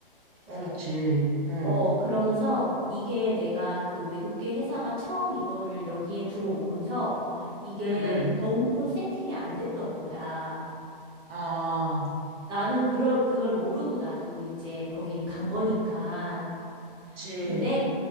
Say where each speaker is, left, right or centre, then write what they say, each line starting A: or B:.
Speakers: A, on the right (about 80°); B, on the right (about 20°).
A: 그렇지.
B: 어.
A: 어.
B: 어, 그러면서 이게 내가 그 외국계 회사가 처음 이거를 여기에 들어오면서 이게
A: 응, 응.
B: 너무 세팅이 안 됐던 거야.
A: 아,
B: 나는 그걸, 그걸 모르고 나도 이제 거기를 간 거니까.
A: 그치.
B: 근데